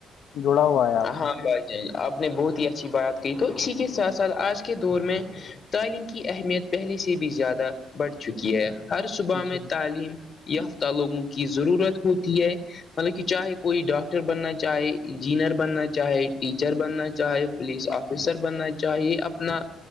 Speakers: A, on the left; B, on the left.
A: جڑا ہوا ہے آپ سے
B: ہاں بھائی جان آپ نے بہت ہی اچھی بات کہ تو اسی کے ساتھ ساتھ آج کے دور میں تعلیم کی اہمیت پہلے سے بھی زیادہ بڑھ چکی ہے ہر صبح
A: جی
B: میں تعلیم یافتہ لوگوں کی ضرورت ہوتی ہے مطلب کہ چاہے کوئی ڈاکٹر بننا چاہے انجینئر بن بننا چاہے ٹیچر بننا چاہے پولیس آفیسر بننا چاہیے اپنا